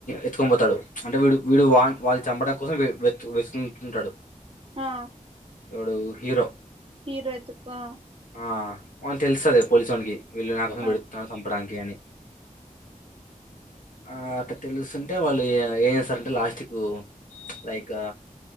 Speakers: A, on the left (about 70°); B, on the right (about 40°).
A: ఎత్తుకొని పోతాడు. అంటే వీడు వీడు వా వాళ్ళు చంపడం కోసం విడు వేత వేసున్ ఉంటాడు.
B: హా
A: ఎవడు హీరో
B: హీరో ఎతుకో
A: ఆ అవున్ తెలుస్తది పోలీ వీళ్ళు నా కోసం వెడుతున్నారు
B: ఓకే
A: సంపటానికి అని ఆ అట్ట తెలుస్తుంటే వాళ్ళు ఏం చేస్తారంటే లాస్ట్ కు లైక్